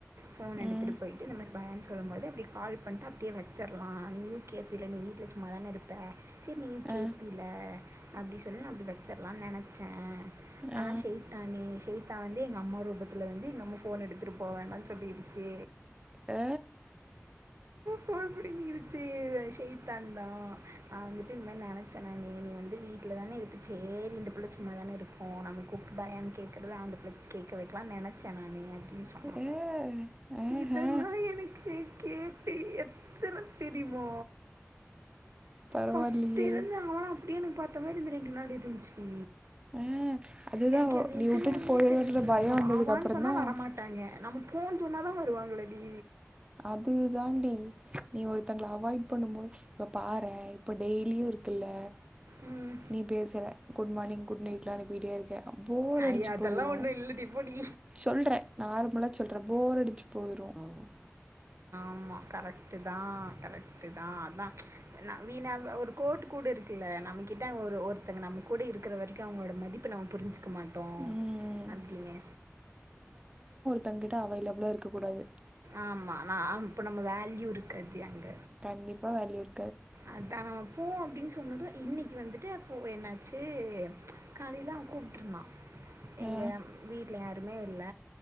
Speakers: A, on the right (about 65°); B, on the right (about 20°).
A: போன்
B: ம்,
A: எடுத்துட்டு போயிட்டு இந்த மாரி பயான்ஸ் சொல்லுபோது அப்டியே கால் பண்ட்டு அப்டியே வெச்சர்லா நீயு கேப்பில்ல நீ வீட்ல சும்மா தானே இருப்பே செரி நீயு கேப்பில்ல
B: அ,
A: அப்டி சொல்லி நா அப்டி வெச்சர்லான் நெனச்சே ஆனா
B: அ,
A: செய்த்தானு செய்த்தா வந்து எங்கம்மா ரூபத்தில வந்து எங்கம்மா போன எடுத்துட்டு போ வேண்டான் சொல்லிருச்சு
B: ஏ
A: போன புடிங்கி கிருச்சு இது செய்த்தான் தா நா வந்துட்டு இந்தமேர் நெனைச்சே நானு நீ வந்து வீட்ல தானே இருப்ப சேரி இந்த புள்ள சும்மா தானே இருக்கு நாம கூப்ட்டு பயான் கேக்கறது அந்த புள்ளைக் கேக்க வெக்லா நெனச்சே நானு அ ப்டின் சொன்னா
B: அ, ஆஹா,
A: இதெல்லா எனக்கு கேட் டு எத்தன தெரிமா
B: பரவாயில்லையே
A: ஃபஸ்ட்டிருந்த அவனா அப்டியே எனக் பாத்த மாரி இந்த ரெண்டு நாள் இருந்ச்சி டி
B: ஆ, அதுதான்
A: எனக்
B: ஒ-
A: அது
B: நீ
A: எதுனால்னே
B: விட்டுட்டு போயிடுவேன்ற
A: தெர்ல டி
B: பயம்
A: நம்ம
B: வந்ததுக்கு
A: வா வான்
B: அப்புறம்தான்
A: சொன்னா வரமாட்டாய்ங்க நம்ம போன் சொன்ன தா வருவாங்ளா டி
B: அது தாண்டி நீ ஒருத்தங்கள அவாய்ட் பண்ணு போது இப்ப பாறே இப்ப டெய்லியு இருக்குல்ல
A: ம்
B: நீ பேசற குட் மார்னிங் குட் நைட்லா அனுப்பிட்டே இருக்க போரடிச்சு
A: ஐயா அதெல்லாம்
B: போயிரு
A: ஒன்றும் இல்லடி போடி
B: சொல்றே நார்மலா சொல்றே போர் அடி ச்சு போயிரு ம்
A: ஆமா கரெக்ட்டு தா க்ரெக்ட்டு தா அதா நா வீணா ஒரு கோட்டு கூட இருக்குல்ல நம்மகிட்ட ஒரு ஒருத்தங்க நம்ம கூட இருக்கற வரைக்கு அவ்ங்ளோட மதிப்பு நம்ம புரிஞ்சு க்க மாட்டோ
B: ம்
A: அப்டினு
B: தங்கிட்ட அவைலபுலா இருக்கக் கூடாது
A: ஆமா நா இப்ப நம்ம வேல்யூ இருக்காது அங்க
B: கண்டிப்பா வேல்யு இரு
A: அதா நம்ம போவோ அப்டின் சொன்னது இன்னக்கி வந்துட்டு அப்போ என்னாச்சி காலைல அவ கூப்ட்ருந்தா எங்க
B: ஆ
A: அம் வீட்ல யாருமே இல்ல